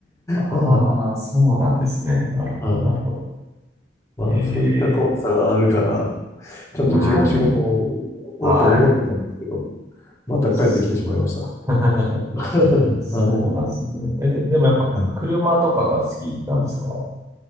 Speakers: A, on the right; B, on the left.
A: ああ、
B: は
A: そうなんですね。なるほど、
B: い。はい。
A: なるほど。
B: まあ、
A: ええ
B: そういった怖さがあるから、
A: うーん。
B: ちょっと違う仕事を、をと思ってたんですけど、
A: はい。
B: また帰ってきてしまいました。
A: そう <laughs>
B: <laughs>
A: そうなんですね。
B: はい。
A: え、で、でもやっぱ車とかが好きなんですか
B: は